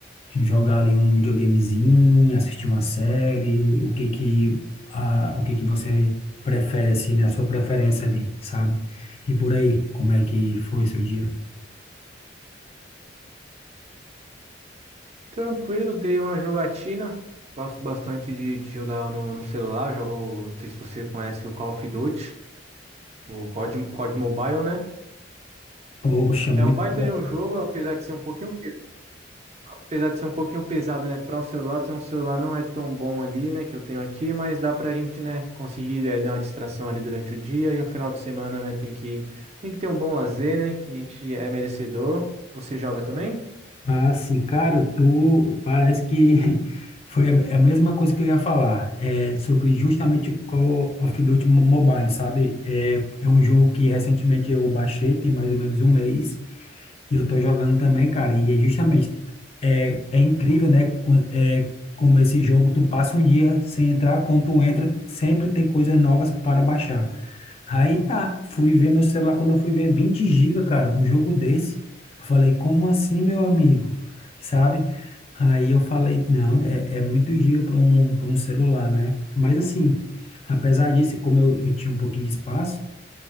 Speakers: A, on the left; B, on the right.
A: jogar ali um videogamezinho, assistir uma série. O que que, ah, o que que você prefere, assim, né? A sua preferência ali, sabe? E por aí, como é que foi seu dia?
B: Tranquilo, dei uma jogatina. Gosto bastante de, de jogar no, no celular. Eu Jogo, não sei se você conhece o Call of Duty, o COD, COD Mobile, né?
A: Poxa, muito
B: É um baita
A: top.
B: de um jogo, apesar de ser um pouquinho Apesar de ser um pouquinho pesado, né? Para um celular, tem um celular não é tão bom ali, né? Que eu tenho aqui, mas dá pra gente, né? Conseguir eh, dar uma distração ali durante o dia e no final de semana, né? Tem que, tem que ter um bom lazer, né? Que a gente é merecedor. Você joga também?
A: Ah, sim, cara, tu parece que <laughs> foi a, a mesma coisa que eu ia falar, é, sobre justamente o Call of Duty Mo- Mobile, sabe? É, é um jogo que recentemente eu baixei, tem mais ou menos um mês, e eu tô jogando também, cara, e é justamente, é, é incrível, né, co- é, como esse jogo, tu passa um dia sem entrar, quando tu entra, sempre tem coisas novas para baixar. Aí tá, fui ver meu celular quando eu fui ver 20 giga, cara, um jogo desse. Eu falei, como assim, meu amigo? Sabe? Aí eu falei, não, é, é muito giga para um, para um celular, né? Mas assim, apesar disso, como eu, eu tinha um pouquinho de espaço,